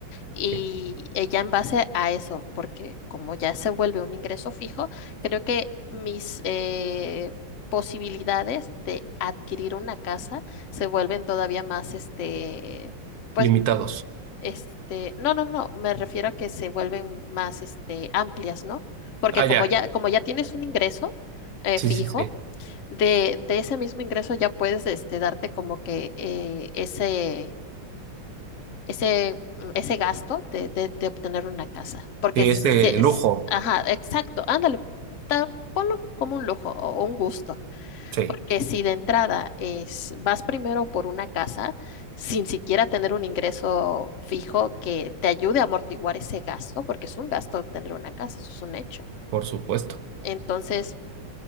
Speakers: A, on the left; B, on the right.
A: y
B: Sí.
A: eh, ya en base a eso, porque como ya se vuelve un ingreso fijo, creo que mis eh, posibilidades de adquirir una casa se vuelven todavía más, este, pues
B: Limitados.
A: este, no, no, no, me refiero a que se vuelven más, este, amplias, ¿no? Porque
B: Ah,
A: como
B: ya.
A: ya, como ya tienes un ingreso eh,
B: Sí,
A: fijo,
B: sí, sí.
A: de, de ese mismo ingreso ya puedes, este, darte como que eh, ese, ese, mm, ese gasto de, de, de obtener una casa. Porque
B: Sí,
A: se,
B: es de lujo.
A: es- ajá, exacto, ándale, ta- ponlo como un lujo o un gusto.
B: Sí,
A: Porque si de entrada es, vas primero por una casa sin siquiera tener un ingreso fijo que te ayude a amortiguar ese gasto, porque es un gasto tener una casa, eso es un hecho.
B: por supuesto.
A: Entonces,